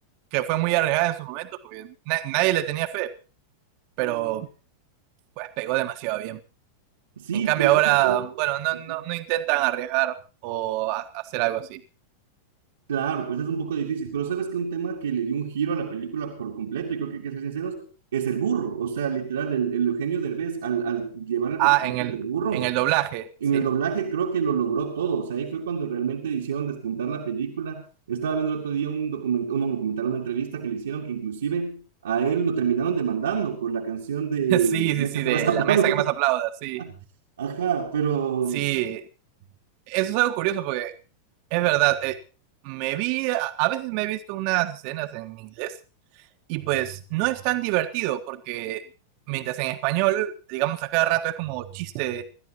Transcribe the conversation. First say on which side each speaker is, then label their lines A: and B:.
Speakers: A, on the right (about 45°); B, on the right (about 65°).
A: que fue muy arriesgada en su momento, porque na- nadie le tenía fe, pero pues pegó demasiado bien.
B: Sí,
A: En cambio
B: pero
A: ahora,
B: sabes que...
A: bueno, no,
B: Ujú.
A: no, no intentan arriesgar o ha- hacer algo así.
B: Claro, pues es un poco difícil, pero sabes que un tema que le dio un giro a la película por completo, y creo que hay que ser sinceros, es el burro. O sea, literal, el, el Eugenio Derbez, al, al llevar el
A: Ah,
B: personaje
A: en el,
B: del burro,
A: en el doblaje,
B: en
A: sí.
B: el doblaje creo que lo logró todo. O sea, ahí fue cuando realmente hicieron despuntar la película. Estaba viendo el otro día un documental, un documental, una entrevista que le hicieron, que inclusive a él lo terminaron demandando por la canción de
A: <laughs> Sí, sí,
B: Mesa
A: sí,
B: que
A: de
B: más aplauda.
A: la mesa que más aplauda, sí.
B: <laughs> Ajá, pero...
A: Sí, eso es algo curioso porque Es verdad, eh, me vi, a veces me he visto unas escenas en inglés y pues no es tan divertido porque mientras en español, digamos a cada rato es como chiste,